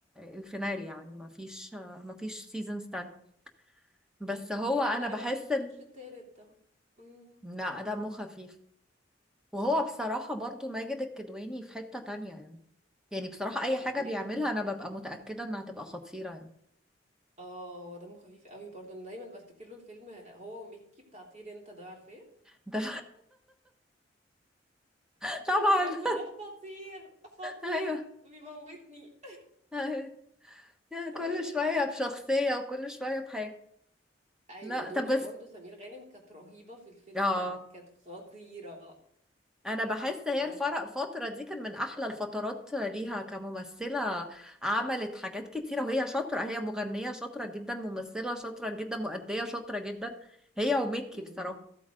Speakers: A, in the centre; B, on the right (about 40°).
A: الفينال يعني ما فيش ما فيش سيزونز تاني بس
B: اوكي
A: هو انا
B: لا
A: بحس
B: انا ما شفتوش
A: ان
B: التالت ده امم
A: لا دمه خفيف وهو بصراحة برضو ماجد الكدواني في حتة تانية يعني يعني بصراحة أي
B: امم
A: حاجة بيعملها أنا ببقى متأكدة إنها هتبقى خطيرة يعني
B: اه هو دمه خفيف قوي برضه انا دايما بفتكر له الفيلم هو وميكي بتاع طير انت ده عارفاه
A: ده <laughs> طبعا
B: الفيلم ده خطير خطير
A: أيوه
B: بيموتني
A: أيوه يعني
B: <laughs>
A: كل
B: ايوه
A: شوية بشخصية وكل شوية بحاجة
B: اي
A: لا
B: ودنيا
A: طب بس
B: برضه سمير غانم كانت رهيبة في الفيلم
A: اه
B: ده كانت خطيرة
A: انا بحس هي
B: لا
A: الفرق فترة دي كان من احلى الفترات ليها كممثلة عملت حاجات كتيرة وهي شاطرة هي مغنية شاطرة جدا ممثلة شاطرة جدا مؤدية شاطرة جدا هي وميكي
B: أمم.
A: بصراحة